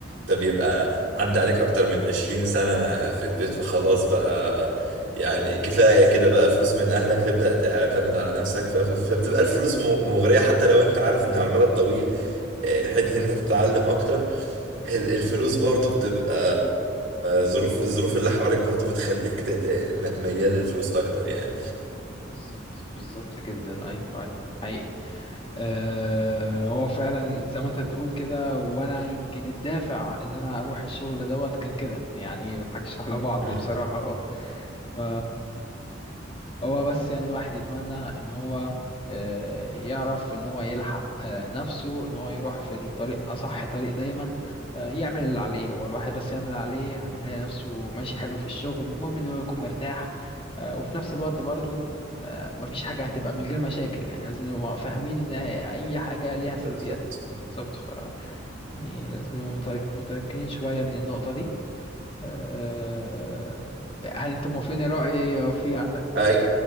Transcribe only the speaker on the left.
بالظبط
بالظبط بالظبط جدا أيوه أيوه حقيقي أه هو فعلا زي ما أنت بتقول كده وأنا يمكن الدافع إن أنا أروح الشغل دوت كان كده يعني ما نضحكش على بعض
بصراحة ف هو بس يعني الواحد يتمنى ان هو آه، يعرف ان هو يلحق آه، نفسه ان هو يروح في الطريق اصح طريق دايما آه، يعمل اللي عليه هو الواحد بس يعمل اللي عليه هيلاقي نفسه ماشي حلو في الشغل المهم ان هو يكون مرتاح آه، وفي نفس الوقت برضو آه، مفيش حاجة هتبقى من غير مشاكل يعني لازم نبقى فاهمين ان اي حاجة ليها سلبيات
بالظبط ف يعني لازم نبقى متيق- متيقنين شوية من النقطة دي آه، هل انت موافقني رأيي او في عندك